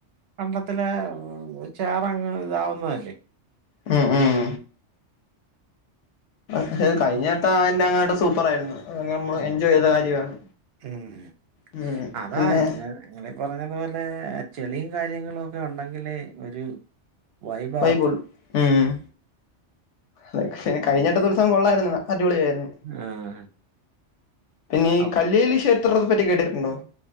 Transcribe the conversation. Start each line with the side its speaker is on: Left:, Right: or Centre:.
Right: കണ്ടത്തില ചേറങ്ങ് ഇതാവുന്നതല്ലേ
Left: ഉം ഉം അക്ഷേത്
Right: അപ്പം
Left: കഴിഞ്ഞേട്ട അതിറെ അങ്ങട്ട സൂപ്പറായിരുന്നു അങ്ങനെ നമ്മൾ
Right: മ്മ്.
Left: എൻജോയ്ത കാര്യമാണ്
Right: മ്മ്.
Left: ഉം
Right: അതാ
Left: പിന്നെ
Right: നിങ്ങള് നിങ്ങളീ പറഞ്ഞതു പോലെ ചെളിയും കാര്യങ്ങളോക്കെ ഉണ്ടെങ്കിലെ ഒരു വൈബാവത്തുള്ളൂ.
Left: വൈബോള്ളു ഉം പക്ഷെ
Right: ഉം.
Left: കഴിഞ്ഞട്ട ദിവസം കൊള്ളായിരുന്നു അടിപൊളിയായിരുന്നു
Right: ആഹ്
Left: പിന്നെ ഈ
Right: അപ്
Left: കല്ലേലി ക്ഷേത്രത്തെ പറ്റി കേട്ടിട്ടുണ്ടോ